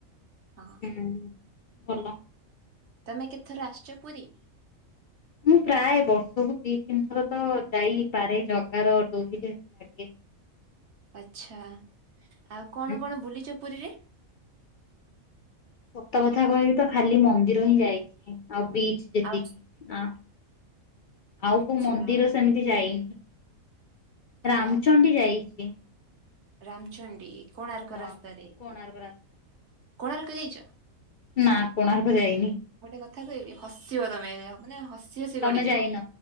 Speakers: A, on the right; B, on the left.
A: ହଁ।
B: ହୁଁ ଭଲ।
A: ତମେ କେତଥର ଆସିଚ ପୁରୀ?
B: ମୁଁ ପ୍ରାୟେ ବର୍ଷକୁ ଦି ତିନି ଥର ତ ଯାଇପାରେ ଜଗାର ଡୋରି ଯେ ଲାଗେ।
A: ଆଚ୍ଛା ଆଉ
B: ହୁଁ,
A: କଣ କଣ ବୁଲିଚ ପୁରୀରେ?
B: ସତ କଥା କହିବି ତ ଖାଲି ମନ୍ଦିର ହିଁ ଯାଇଚି ଆଉ ବିଚ୍ ଯେତିକି।
A: ଆଉ
B: ଆ ଆଉ
A: ଆଚ୍ଛା
B: କୋଉ ମନ୍ଦିର ସେମିତି ଯାଇନି।
A: ଆ
B: ରାମଚଣ୍ଡୀ ଯାଇଚି।
A: ରାମଚଣ୍ଡୀ କୋଣାର୍କ
B: ହଁ।
A: ରାସ୍ତାରେ
B: କୋଣାର୍କ ରାସ୍ତାରେ
A: କୋଣାର୍କ ଯାଇଛ?
B: ନା କୋଣାର୍କ ଯାଇନି।
A: ଗୋଟେ କଥା କହିବି ହସିବ ତମେ ମାନେ ହସି ହସି
B: ତମେ
A: ଗଡିଯିବ।
B: ଯାଇନ?